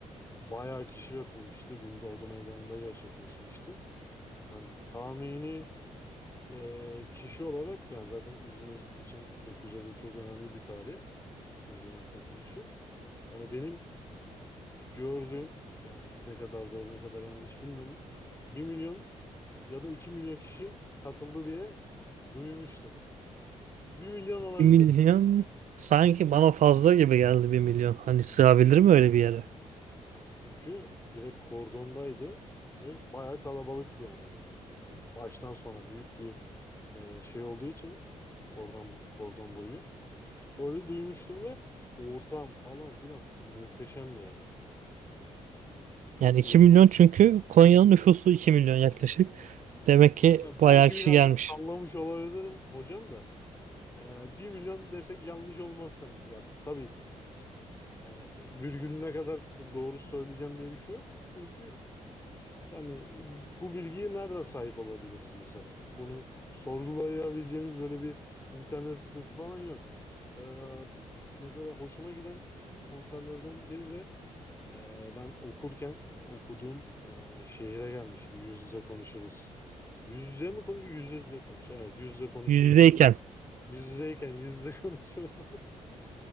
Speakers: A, on the left; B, on the right.
A: Bayağı kişi katılmıştı. Gündoğdu Meydanı'nda gerçekleşmişti. Yani tahmini Ee, kişi olarak yani zaten İzmir için 9 Eylül çok önemli bir tarih. İzmir'in kurtuluşu. Yani benim gördüğüm yani ne kadar doğru ne kadar yanlış bilmiyorum. Bir milyon ya da iki milyon kişi katıldı diye duymuştum. Bir milyon olabilir.
B: Bir milyon sanki bana fazla gibi geldi bir milyon. Hani sığabilir mi öyle bir yere?
A: Ya çünkü direkt kordondaydı ve bayağı kalabalıktı yani. Baştan sona büyük bir e, şey olduğu için kordon, kordon boyu. Öyle duymuştum ve ortam falan filan muhteşemdi yani. Çok
B: Yani 2
A: iyi.
B: milyon çünkü Konya'nın nüfusu 2 milyon yaklaşık. Demek ki
A: Ya belki
B: bayağı kişi
A: birazcık
B: gelmiş.
A: sallamış olabilirim hocam da. Ee, 1 milyon desek yanlış olmaz sanki. Ya t- tabii yani virgülüne kadar doğru söyleyeceğim diye bir şey yok. Çünkü yani bu bilgiye nereden sahip olabiliriz mesela? Bunu sorgulayabileceğimiz böyle bir internet sitesi falan yok. Ee, mesela hoşuma giden konserlerden biri de e, ben okurken okuduğum e, şehire gelmişti. Yüz yüze konuşuruz. Yüz yüze mi konuş? Yüz yüze konuş. Evet, yüz yüze konuşuruz
B: Yüz yüzeyken
A: diye bir yüz yüzeyken yüz yüze <laughs> konuşuruz.